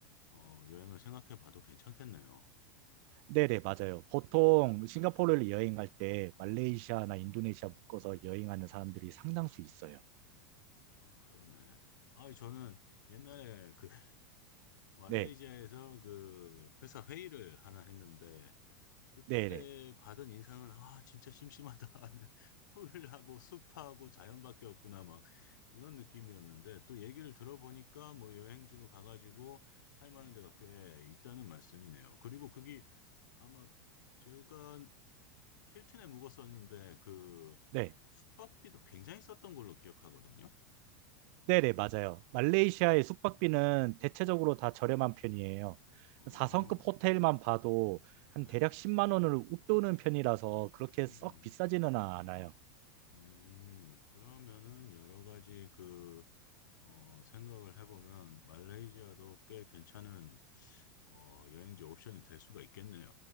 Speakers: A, on the left; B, on the right.
A: 어, 여행을 생각해 봐도 괜찮겠네요.
B: 네네, 맞아요. 보통
A: 음,
B: 싱가포르를
A: 네.
B: 여행 갈때 말레이시아나 인도네시아 묶어서 여행하는 사람들이 상당수 있어요.
A: 어, 그렇네. 아, 저는 옛날에 그 <laughs> 말레이시아에서
B: 네,
A: 그 회사 회의를 하나 했는데 그때
B: 네네,
A: 받은 인상은 아, 진짜 심심하다. <laughs> 풀하고 숲하고 자연밖에 없구나 막 이런 느낌이었는데 또 얘기를 들어보니까 뭐 여행지로 가가지고 할 만한 데가 꽤 있다는 말씀이네요. 그리고 그게 아마 제가 힐튼에 묵었었는데 그
B: 네,
A: 숙박비도 굉장히 썼던 걸로 기억하거든요.
B: 네네, 맞아요. 말레이시아의 숙박비는 대체적으로
A: 네.
B: 다 저렴한 편이에요.
A: 어.
B: 4성급 호텔만 봐도 한
A: 네.
B: 대략 10만 원을 웃도는 편이라서 그렇게 썩
A: 음,
B: 비싸지는 않아요.
A: 음, 그러면은 여러 가지 그, 어, 생각을 해보면 말레이시아도 꽤 괜찮은, 어, 여행지 옵션이 될 수가 있겠네요.